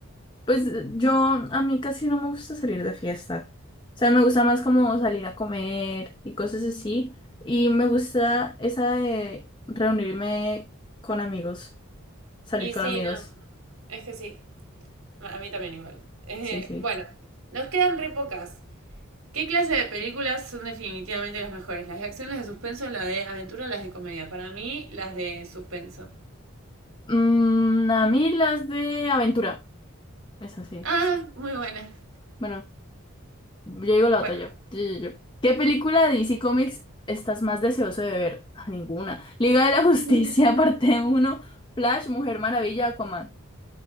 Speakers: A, on the left; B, on the right.
A: Pues yo, a mí casi no me gusta salir de fiesta. O sea, me gusta más como salir a comer y cosas así. Y me gusta esa de reunirme con amigos, salir
B: Y
A: con
B: sí,
A: amigos.
B: no. Es que sí. A mí también igual. Eh,
A: Sí, sí.
B: bueno, nos quedan re pocas. ¿Qué clase de películas son definitivamente las mejores? ¿Las de acción, las de suspenso, las de aventura o las de comedia? Para mí, las de suspenso.
A: Mm, a mí las de aventura. Es así.
B: Ah, muy buenas.
A: Bueno, yo digo la
B: Bueno,
A: otra yo. Yo, yo, yo. ¿Qué película de DC Comics estás más deseoso de ver? Ah, Ninguna. Liga de la Justicia,
B: <laughs>
A: <laughs> parte uno, Flash, Mujer Maravilla, Aquaman.